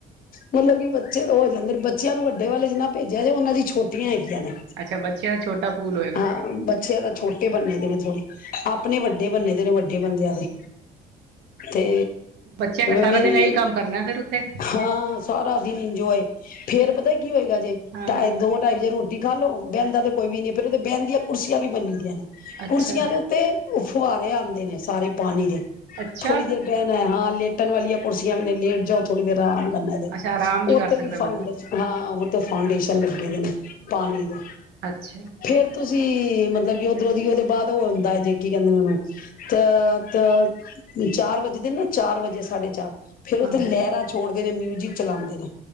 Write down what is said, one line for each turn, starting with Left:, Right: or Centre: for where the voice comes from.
Left: ਮਤਲਬ ਕਿ ਬੱਚੇ ਤਾਂ ਹੋ ਜਾਂਦੇ ਨੇ ਬੱਚਿਆਂ ਨੂੰ ਵੱਡੇ ਵਾਲੇ ਚ ਨਾ ਭੇਜਿਆ ਜੇ ਉਹਨਾਂ ਦੀ ਛੋਟੀਆਂ ਹੈ ਲੈਣੇ।
Right: ਅੱਛਾ ਬੱਚਿਆਂ ਦਾ ਛੋਟਾ ਪੂਲ ਹੋਏਗਾ।
Left: ਹਾਂ, ਬੱਚੇ ਦਾ ਛੋਟੇ ਬੰਨੇ ਦੇ ਨੇ ਥੋਡੇ। ਆਪਣੇ ਵੱਡੇ ਬੰਨੇ ਦੇ ਨੇ ਵੱਡੇ ਬੰਦਿਆਂ ਦੇ। ਤੇ
Right: ਬੱਚਿਆਂ ਨੇ ਸਾਰਾ
Left: ਮੇਰੀ,
Right: ਦਿਨ ਇਹੀ ਕੰਮ ਕਰਨਾ ਫਿਰ ਉੱਥੇ
Left: ਹਾਂ ਸਾਰਾ ਦਿਨ ਇੰਜੋਏ। ਫਿਰ ਪਤਾ ਕੀ ਹੋਏਗਾ ਜੇ ਟਾ-ਦੋ
Right: ਹਾਂ
Left: ਟਾਈਮ ਦੋ-ਟਾਈ ੜਜੇ ਰੋਟੀ ਖਾ ਲੋੋ ਬੈਂਦਾ ਤੇ ਕੋਈ ਵੀ ਨਹੀਂ ਪਰ ਉਹਦੇ ਬਹਿਣ ਦੀਆਂ ਕੁਰਸੀਆਂ ਵੀ ਬੰਨੀ ਦੀਆਂ ਨੇ।
Right: ਅੱਛਾ
Left: ਕੁਰਸੀਆਂ ਦੇ ਉੱਤੇ ਫੁਹਾਰੇ ਆਂਦੇ ਨੇ ਸਾਰੇ ਪਾਣੀ ਦੇ।
Right: ਅੱਛਾ
Left: ਥੋੜੀ ਦੇਰ ਬਹਿਣਾ ਹੈ, ਹਾਂ ਲੇਟ ਲੇਟਣ ਵਾਲੀਆਂ ਕੁਰਸੀਆਂ ਵੀ ਨੇ, ਲੇਟ ਜਾਓ ਥੋੜੀ ਦੇਰ ਆਰਾਮ <unintelligible>
Right: ਅੱਛਾ ਆਰਾਮ
Left: ਉੱਥੇ
Right: ਕਰ ਸਕਦਾ
Left: ਵੀ <unintelligible>
Right: ਬੰਦਾ
Left: ਹਾਂ ਫਾਊਂਨਡੇਸ਼ਨ ਲੱਗੇ ਨੇ ਪਾਣੀ ਦੇ।
Right: ਅੱਛਾ।
Left: ਫੇਰ ਤੁਸੀਂ ਮਤਲਬ ਕਿ ਉਧਰੋਂ ਦੀ ਉਹਦੇ ਬਾਅਦ ਉਹ ਹੁੰਦਾ ਜੇ, ਕੀ ਕਹਿੰਦੇ ਨੇ ਉਹਨੂੰ ਤ-ਤ ਚਾਰ ਵੱਜਦੇ ਨਾ, ਚਾਰ ਵਜੇ ਸਾਢੇ ਚਾਰ ਫੇਰ ਉੱਥੇ
Right: ਹਾਂ
Left: ਲਹਿਰਾਂ ਛੋੜ ਮਿਊਜ਼ਿਕ ਚਲਾਂਦੇ ਨੇ।